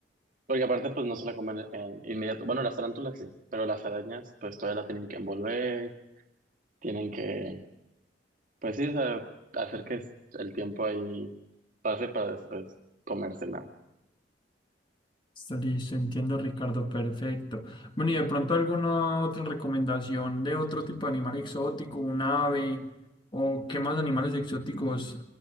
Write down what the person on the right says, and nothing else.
Porque aparte, pues no se la comen en inmediato. Bueno, las tarántulas sí, pero las arañas, pues todavía la tienen que envolver, tienen que, pues sí, o sea, hacer que el tiempo ahí pase para después comérsela.